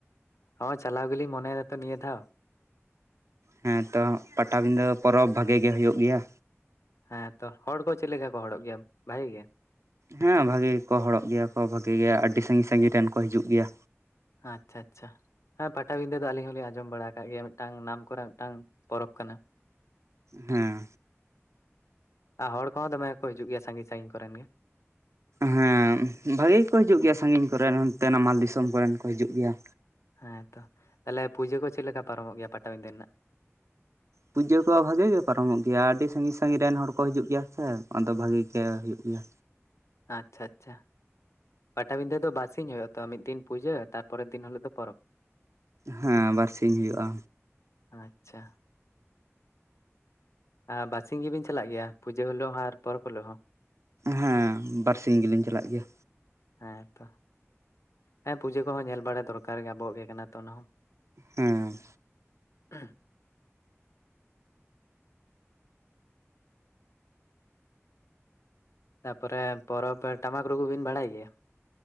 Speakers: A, on the left (about 75°); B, on the right (about 70°).
A: ᱦᱚᱸ ᱪᱟᱞᱟᱣ ᱜᱮᱞᱤᱧ ᱢᱚᱱᱮᱭ ᱮᱫᱟ ᱛᱚ ᱱᱤᱭᱟᱹ ᱫᱷᱟᱣ
B: ᱦᱮᱸ ᱛᱚ ᱯᱟᱴᱟᱵᱤᱸᱫᱷᱟᱹ ᱯᱚᱨᱚᱵᱽ ᱵᱷᱟᱜᱤ ᱜᱮ ᱦᱩᱭᱩᱜ ᱜᱮᱭᱟ
A: ᱦᱮᱸ ᱛᱚ ᱦᱚᱲ ᱠᱚ ᱪᱮᱫ ᱞᱮᱠᱟ ᱠᱚ ᱦᱚᱲᱚᱜ ᱜᱮᱭᱟ ᱵᱷᱟᱜᱤ ᱜᱮ
B: ᱦᱮᱸ ᱵᱷᱟᱜᱤ ᱜᱮ ᱠᱚ ᱦᱚᱲᱚᱜ ᱜᱮᱭᱟ ᱠᱚ ᱵᱷᱟᱜᱤ ᱜᱮ, ᱟᱹᱰᱤ ᱥᱟᱺᱜᱤᱧ ᱥᱟᱺᱜᱤᱧ ᱨᱮᱱ ᱠᱚ ᱦᱤᱡᱩᱜ ᱜᱮᱭᱟ
A: ᱟᱪᱪᱷᱟ ᱟᱪᱪᱷᱟ ᱦᱮᱸ ᱯᱟᱴᱟᱵᱤᱸᱫᱷᱟᱹ ᱫᱚ ᱟᱞᱤᱧ ᱦᱚᱸᱞᱤᱧ ᱟᱸᱡᱚᱢ ᱵᱟᱲᱟ ᱟᱠᱟᱫ ᱜᱮᱭᱟ ᱢᱤᱫᱴᱟᱝ ᱱᱟᱢ ᱠᱚᱨᱟ ᱢᱤᱫᱴᱟᱝ ᱯᱚᱨᱚᱵᱽ ᱠᱟᱱᱟ
B: ᱦᱮᱸ
A: ᱟᱨ ᱦᱚᱲ ᱠᱚᱦᱚᱸ ᱫᱚᱢᱮ ᱠᱚ ᱦᱤᱡᱩᱜ ᱜᱮᱭᱟ ᱥᱟᱺᱜᱤᱧ ᱥᱟᱺᱤᱧ ᱠᱚᱨᱮᱱ ᱜᱮ
B: ᱦᱮᱸ ᱵᱷᱟᱜᱤ ᱜᱮᱠᱚ ᱦᱤᱡᱩᱜ ᱜᱮᱭᱟ ᱥᱟᱺᱜᱤᱧ ᱠᱚᱨᱮᱱ ᱦᱟᱱᱛᱮ ᱱᱟᱢᱟᱞ ᱫᱤᱥᱚᱢ ᱠᱚᱨᱮᱱ ᱠᱚ ᱦᱤᱡᱩᱜ ᱜᱮᱭᱟ
A: ᱦᱮᱸ ᱛᱚ ᱛᱟᱦᱞᱮ ᱯᱩᱡᱟᱹ ᱠᱚ ᱪᱮᱫ ᱞᱮᱠᱟ ᱯᱟᱨᱚᱢᱚᱜ ᱜᱮᱭᱟ ᱯᱟᱴᱟᱵᱤᱸᱫᱷᱟᱹ ᱨᱮᱱᱟᱜ
B: ᱯᱩᱡᱟᱹ ᱠᱚ ᱵᱷᱟᱜᱤ ᱜᱮ ᱯᱟᱨᱚᱢᱚᱜ ᱜᱮᱭᱟ ᱟᱹᱰᱤ ᱥᱟᱺᱜᱤᱧ ᱥᱟᱺᱜᱤᱧ ᱨᱮᱱ ᱦᱚᱲ ᱠᱚ ᱦᱤᱡᱩᱜ ᱜᱮᱭᱟ ᱥᱮ ᱟᱫᱚ ᱵᱷᱟᱜᱤ ᱜᱮ ᱦᱩᱭᱩᱜ ᱜᱮᱭᱟ
A: ᱟᱪᱪᱷᱟ ᱟᱪᱪᱷᱟ ᱯᱟᱴᱟᱵᱤᱸᱫᱷᱟᱹ ᱫᱚ ᱵᱟᱨᱥᱤᱧ ᱦᱩᱭᱩᱜᱼᱟ ᱛᱚ ᱢᱤᱫ ᱫᱤᱱ ᱯᱩᱡᱟᱹ, ᱛᱟᱨᱯᱚᱨᱮᱨ ᱫᱤᱱ ᱦᱤᱞᱳᱜ ᱫᱚ ᱯᱚᱨᱚᱵᱽ
B: ᱦᱮᱸ ᱵᱟᱨᱥᱤᱧ ᱦᱩᱭᱩᱜᱼᱟ
A: ᱟᱪᱪᱷᱟ ᱟᱻ ᱵᱟᱨᱥᱤᱧ ᱜᱮᱵᱤᱱ ᱪᱟᱞᱟᱜ ᱜᱮᱭᱟ ᱯᱩᱡᱟᱹ ᱦᱤᱞᱳᱜ ᱦᱚᱸ ᱟᱨ ᱯᱚᱨᱚᱵᱽ ᱦᱤᱞᱳᱜ ᱦᱚᱸ
B: ᱦᱮᱸ ᱵᱟᱨᱥᱤᱧ ᱜᱮᱞᱤᱧ ᱪᱟᱞᱟᱜ ᱜᱮᱭᱟ
A: ᱦᱮᱸ ᱛᱚ ᱦᱮᱸ ᱯᱩᱡᱟᱹ ᱠᱚᱦᱚᱸ ᱧᱮᱞ ᱵᱟᱲᱟ ᱫᱚᱨᱠᱟᱨ ᱜᱮᱭᱟ ᱟᱵᱚᱣᱟᱜ ᱜᱮ ᱠᱟᱱᱟ ᱛᱚ ᱚᱱᱟᱦᱚᱸ
B: ᱦᱮᱸ
A: ᱦᱮᱸ <unintelligible> ᱛᱟᱨᱯᱚᱨᱮ ᱯᱚᱨᱚᱵᱽ ᱴᱟᱢᱟᱠ ᱨᱩ ᱠᱚ ᱵᱤᱱ ᱵᱟᱲᱟᱭ ᱜᱮᱭᱟ